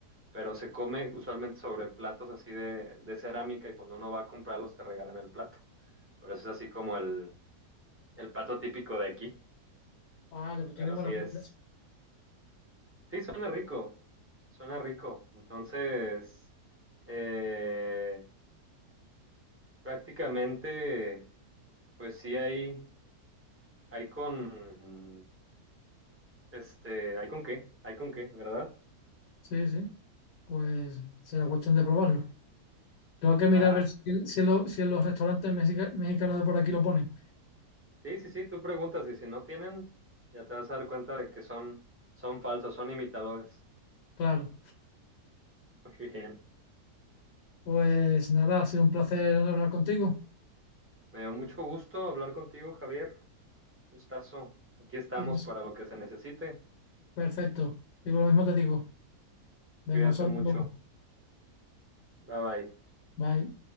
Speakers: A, on the right (about 15°); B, on the left (about 80°).
A: pero se come usualmente sobre platos así de, de cerámica y cuando uno va a comprarlos te regalan el plato. Pero eso es así como el, el plato típico de aquí,
B: Vale, pues
A: pero
B: tiene buena
A: sí
B: pinta.
A: es.
B: eso.
A: Sí, suena rico, suena rico. Entonces, eh, prácticamente, pues sí hay, hay con, este, hay con qué, hay con qué, ¿verdad?
B: Sí, sí. Pues será cuestión de probarlo. Tengo que mirar
A: Ah,
B: a ver si, si en los si en los restaurantes mexica- mexicanos de por aquí lo ponen.
A: sí, sí, sí, tú preguntas y si no tienen, ya te vas a dar cuenta de que son, son falsos, son imitadores.
B: Claro.
A: <laughs> Muy bien.
B: Pues nada, ha sido un placer hablar contigo.
A: Me dio mucho gusto hablar contigo, Javier. Gustazo. Aquí estamos
B: Y es
A: para lo que se necesite.
B: perfecto. Digo lo mismo te digo. Venga,
A: Cuídate
B: un saludo.
A: mucho. Bye bye.
B: Bye.